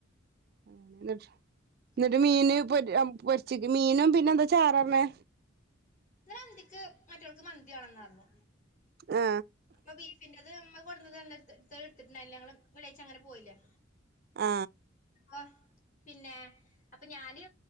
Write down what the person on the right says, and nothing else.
ഏ ഇന്നട്ട് എന്നിട്ട്
മീന് <unintelligible> പൊരിച്ചക്ക മീനും പിന്നെ എന്താ ചാറ് പറഞ്ഞേ
ആ
ആ